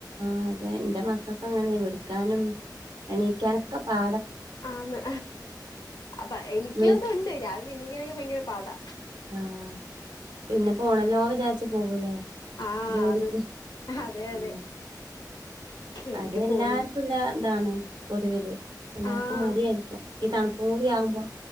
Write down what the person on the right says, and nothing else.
ആ അതെ എന്റെ മക്കൾക്ക് അങ്ങനെ വിളിക്കാനും എണീക്കാനൊക്കെ പാ
വിളി
ആഹ്. പിന്നെ പോണല്ലോ വിചാരിച് പോവൂല്ലേ
ജോലിക്ക്
ആ
അത് എല്ലാർക്കുംല്ല
ഇതാണ്. പൊതുവില് എല്ലാർക്കും
മടിയായിരിക്കും ഈ തണുപ്പും കൂടി ആകുമ്പോ